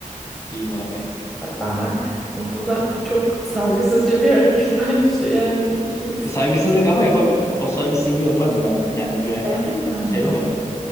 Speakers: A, on the left; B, in the centre.
A: İyi bari.
B: ben bu da bu çok saygısızca bir hareket <laughs> bence yani 2x
A: E, Saygısızlık ama yapa o saygısızlığı yaparım ben. Yani yönetmen
B: gerçekten
A: şey
B: mi?
A: mi yapacak?